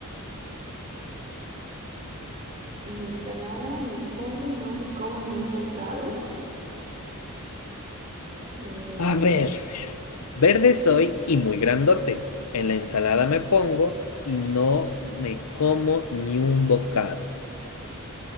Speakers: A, on the right; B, on the left.
A: Una ensalada me pongo y no me como ni un bocado. Mm,
B: A ver, verde soy y muy grandote. En la ensalada me pongo y no me como ni un bocado.